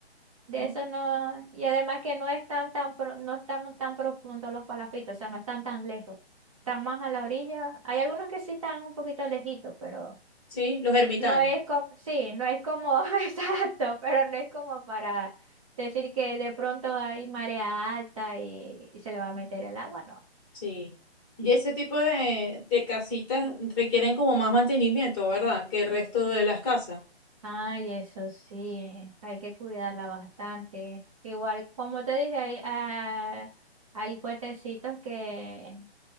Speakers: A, on the right; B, on the left.
A: De
B: ¿no?
A: eso no, y además que no están tan pro- no están tan profundos los palafitos, o sea, no están tan lejos, están más a la orilla. Hay algunos que sí están un poquito lejitos, pero
B: Sí, los ermitaños.
A: no es como, sí, no es como, <laughs> exacto, pero no es como para decir que de pronto hay marea alta y, y se le va a meter el agua, no.
B: Sí. Y ese tipo de, de casitas requieren como más mantenimiento, ¿verdad? Que el resto de las casas.
A: Ay, eso sí, hay que cuidarla bastante. Igual, como te dije, hay, ah, hay puentecitos que,